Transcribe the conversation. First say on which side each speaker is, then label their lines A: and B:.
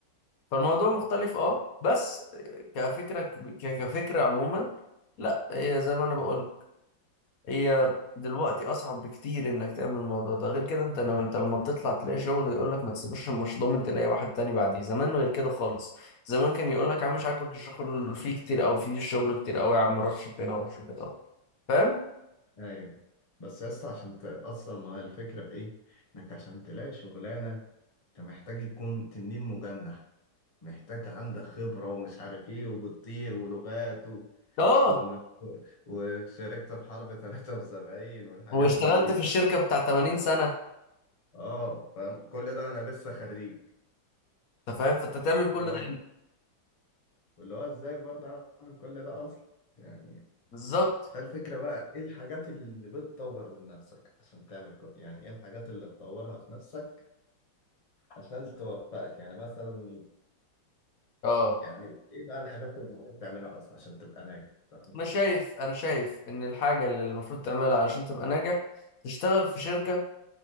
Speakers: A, on the left; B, on the left.
A: فالموضوع
B: مم.
A: مختلف اه بس كفكرة ك- كفكرة عموما لا هي زي ما انا بقول هي دلوقتي اصعب بكتير انك تعمل الموضوع ده غير كده انت لو انت لما بتطلع تلاقي شغل يقول لك ما تسيبوش مش ضامن تلاقي واحد تاني بعديه زمان غير كده خالص زمان كان يقول لك يا عم مش عاجبك الشغل فيه كتير او فيه شغل كتير قوي يا عم روح شوف هنا وروح شوف هنا فاهم
B: ايوه بس يا اسطى عشان ت... اصلا ما هي الفكرة في ايه انك عشان تلاقي شغلانة انت محتاج يكون تنين مجنح محتاج عندك خبرة ومش عارف ايه وبتطير ولغات
A: اه
B: ومت... وشاركت في حرب 73 والحاجات
A: واشتغلت
B: من دي
A: في الشركة بتاع 80 سنة
B: اه فاهم كل ده وانا لسه خريج
A: انت فاهم فانت تعمل
B: اللي
A: كل
B: هو
A: ده ليه؟
B: واللي هو ازاي برضه اعمل كل ده اصلا يعني
A: بالظبط
B: فالفكرة بقى ايه الحاجات اللي بتطور من نفسك عشان تعمل كو... يعني ايه الحاجات اللي تطورها في نفسك عشان توفقك يعني مثلا
A: اه
B: يعني ايه بقى الحاجات اللي بتعملها اصلا عشان تبقى ناجح <laughs>
A: انا شايف انا شايف ان الحاجة اللي المفروض تعملها علشان تبقى ناجح تشتغل في شركة